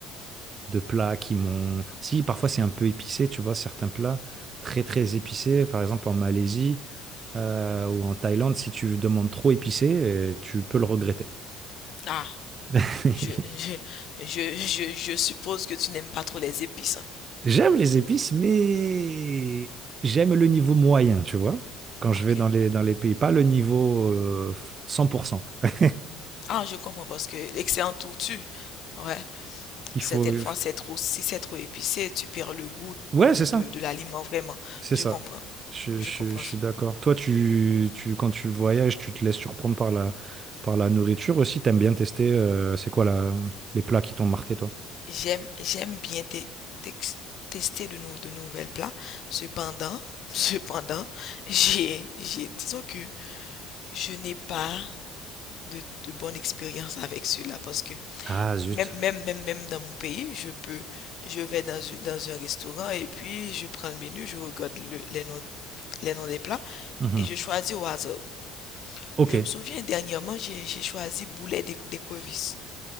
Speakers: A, on the right; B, on the left.
A: de plats qui m'ont... Si, parfois c'est un peu épicé, tu vois, certains plats très très épicés, par exemple en Malaisie euh, ou en Thaïlande, si tu demandes trop épicé, euh, tu peux le regretter.
B: Ah,
A: <laughs>
B: je, je, je, je, je suppose que tu n'aimes pas trop les épices. hein.
A: J'aime les épices, mais j'aime le niveau moyen, tu vois, quand je
B: Ok.
A: vais dans les, dans les pays, pas le niveau euh, 100%. <laughs>
B: Ah, je comprends parce que excellent tortue. Ouais.
A: Il
B: Certaines
A: faut... il
B: fois,
A: faut-
B: c'est trop, si c'est trop épicé, tu perds le goût
A: Ouais,
B: de,
A: c'est
B: de,
A: ça.
B: de l'aliment, vraiment.
A: C'est
B: Je
A: ça.
B: comprends.
A: Je,
B: Je
A: je-
B: comprends.
A: je suis d'accord. Toi, tu, tu, quand tu voyages, tu te laisses surprendre par la, par la nourriture aussi. T'aimes bien tester, euh, c'est quoi la, les plats qui t'ont marqué, toi?
B: J'aime, j'aime bien te- tex- tester de, nou- de nouvelles plats. Cependant, <laughs> cependant, j'ai, j'ai, disons que je n'ai pas de, de bonne expérience avec cela parce que
A: Ah, zut.
B: même, même, même, même dans mon pays, je peux, je vais dans, un- dans un restaurant et puis je prends le menu, je regarde le- les noms, les noms des plats.
A: Mhm.
B: et je choisis au hasard.
A: Ok.
B: Je me souviens dernièrement, j'ai j'ai choisi boulet d'é- d'écrevisse.